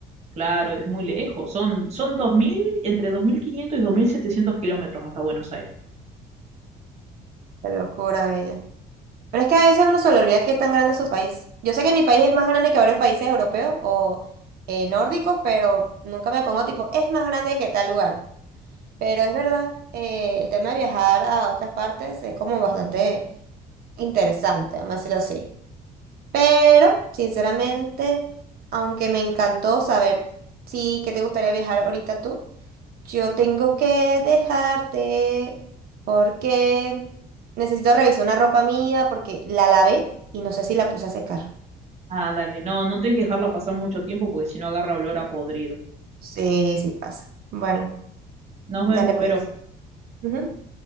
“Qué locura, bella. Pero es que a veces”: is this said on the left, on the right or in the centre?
Right